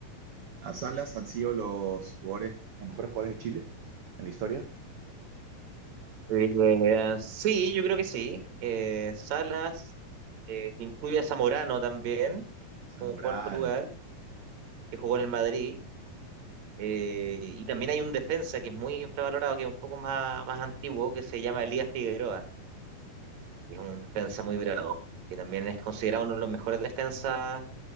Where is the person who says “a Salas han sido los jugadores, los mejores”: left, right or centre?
Right